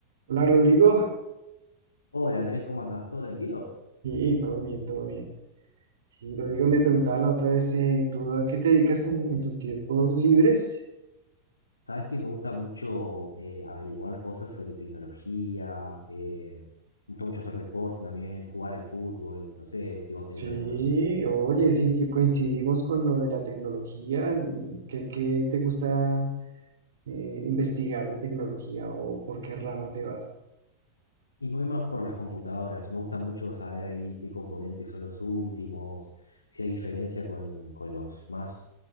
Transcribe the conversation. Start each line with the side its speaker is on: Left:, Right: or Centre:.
Right: Hola Rodrigo,
Left: Hola Andrés, ¿cómo andás? ¿Todo tranquilo?
Right: sí, todo bien, todo bien. Sí, Rodrigo me preguntaba la otra vez, eh, ¿tú a qué te dedicas en, en tus tiempos libres?
Left: Sabes que me gusta mucho eh, averiguar cosas sobre tecnología, eh, me gusta mucho hacer deporte también, jugar al fútbol, no sé si vos tenés
Right: Sí,
Left: alguno de esos.
Right: oye, sí, coincidimos con lo de la tecnología. ¿Qué, qué te gusta eh, investigar de tecnología o por qué rama te vas?
Left: Y me voy más por las computadoras, me gusta mucho saber ahí qué componentes son los últimos, si hay diferencia con, con los más,